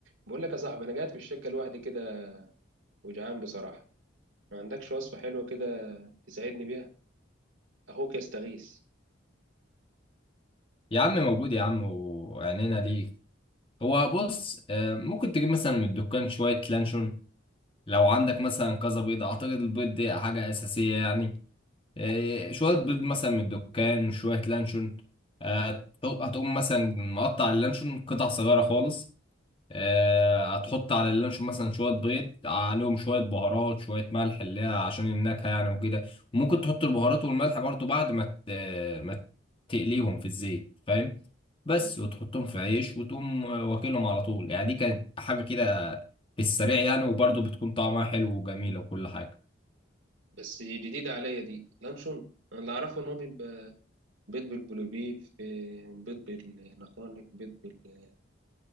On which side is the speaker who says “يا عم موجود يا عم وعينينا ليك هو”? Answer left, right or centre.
Left